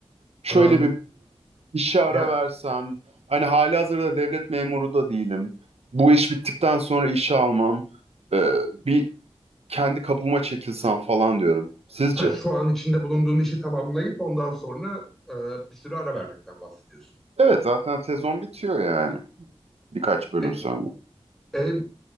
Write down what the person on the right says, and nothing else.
Şöyle
bir İşe ara
versem, hani halihazırda devlet memuru da değilim. Bu iş bittikten sonra işe almam, e, bir kendi kabuğuma çekilsem falan diyorum. Sizce?
Evet, zaten sezon bitiyor yani birkaç bölüm
sonra.